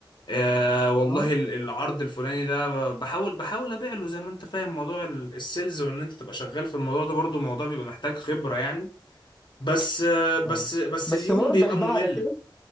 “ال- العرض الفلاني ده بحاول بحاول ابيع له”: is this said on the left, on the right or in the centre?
Left